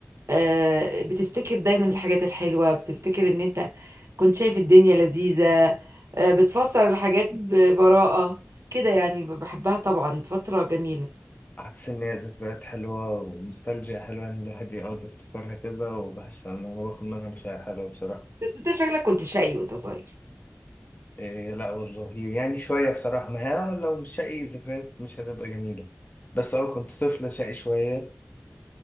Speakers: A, on the right; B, on the left.
A: آه، بتفتكر دايما الحاجات الحلوة بتفتكر إن أنت كنت شايف الدنيا لذيذة آه، بتفسر الحاجات ببراءة كده يعني بحبها طبعا فترة جميلة
B: حاسس ان هي ذكريات حلوه ونوستالجيا حلوه ان الواحد يقعد يفتكرها كده وبحس ان انا باخد منها مشاعر حلوه بصراحه
A: بس أنت شكلك كنت شقي وأنت صغير
B: إيه لا والله يعني شوية بصراحة ما هي لو مش شقي ذكريات مش هتبقى جميلة بس اه كنت طفل شقي شوية